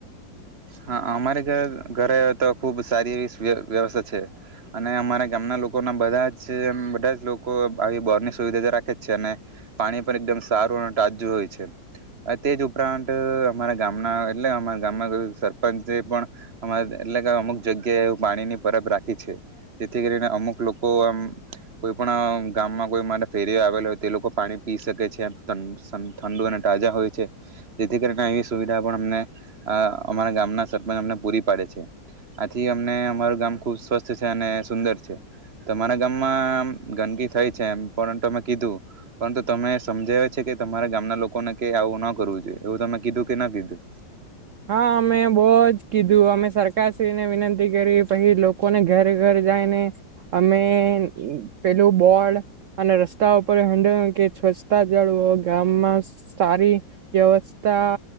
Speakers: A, on the right (about 35°); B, on the right (about 80°).
A: હા અમારે ઘર ઘરે તો ખુબ સારી એવી વ્યવસ્થા છે, અને અમારા ગામના લોકોના બધા જ બધા જ લોકો આવી બોર ની સુવિધા તો રાખે જ છે, અને પાણી પણ એકદમ સારું અને તાજું હોય છે, તે જ ઉપરાંત અમારા ગામના એટલે અમારા ગામમાં સર એટલે કે અમુક જગ્યાએ એવું પાણીની <unintelligible> રાખી છે, જેથી કરીને અમુક લોકો આમ કોઈ પણ ગામમાં કોઈ અરે ફેરીઓ આવેલા હોય તે લોકો પાણી પી શકે છે, ઠંડુ અને તાજા હોય છે, જેથી કરીને એવી સુવિધા પણ અમને અમારા ગામ. સરપંચ અમને પૂરી પાડે છે, આથી અમને અમારું ગામ ખુબ સ્વસ્થ છે, અને સુંદર છે તમારા ગામમાં ગંદકી થાય છે, એમ પરંતુ અમે કીધું પરંતુ તમે સમજાવે છે, કે તમારા ગામના લોકોને કે આવું ન કરવું જોઈએ એવું તમે કીધું કે ના કીધું.
B: હા અમે બહજ કીધું અમે સરકારશ્રીને વિનંતી કરી પછી લોકોને ઘરે ઘર જઈને અમે પેલું બોડ અને રસ્તા ઉપર <unintelligible> કે સ્વચ્તા જળવો ગામમાં સારી વ્યવસ્થા